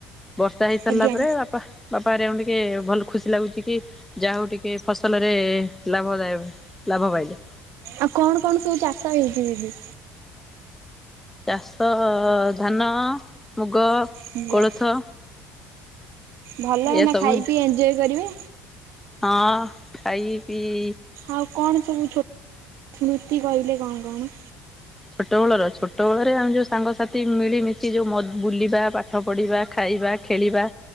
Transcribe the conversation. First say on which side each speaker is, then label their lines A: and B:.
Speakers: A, in the centre; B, on the right (about 65°).
A: ବର୍ଷା ହେଇ ସାରିଲା
B: ଆଜ୍ଞା
A: ପରେ ବାପା ବାପା ହେରିକାଙ୍କୁ ଟିକେ ଭଲ ଖୁସି ଲାଗୁଚି କି ଯାହା ହଉ ଟିକେ ଫସଲରେ ଲାଭଦାୟକ ଲାଭ ପାଇଲେ।
B: ଆଉ କଣ କଣ ସବୁ ଚାଷ ହେଇଚି ଦିଦି?
A: ଚାଷ ଧାନ, ମୁଗ,
B: ଆଜ୍ଞା
A: କୋଳଥ।
B: ଭଲ ଏଇନା
A: ଏସବୁ
B: ଖାଇ ପିଇ ଏଞ୍ଜୟ କରିବେ।
A: ହଁ ଖାଇ ପିଇ
B: ଆଉ କଣ ସବୁ ଛୋ ସ୍ମୃତି କହିଲେ କଣ କଣ?
A: ଛୋଟବେଳର ଛୋଟବେଳରେ ଆମେ ଯୋଉ ସାଙ୍ଗସାଥି ମିଳିମିଶି ଯଉ ମ ବୁଲିବା ପାଠ ପଢ଼ିବା, ଖାଇବା, ଖେଳିବା